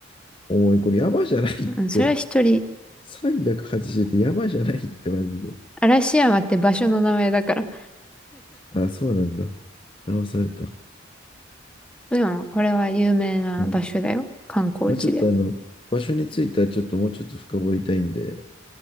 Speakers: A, on the left (about 25°); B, in the centre.
A: おい、これ山じゃないって。
B: うん、それは一人。
A: 380ってやばいじゃないってマジで。
B: 嵐山って場所の名前だから。
A: あ、そうなんだ。騙された。
B: でも、これは有名な場所だよ。
A: うん。
B: 観光地で。
A: まあ、ちょっとあの、場所についてはちょっともうちょっと深掘りたいんで、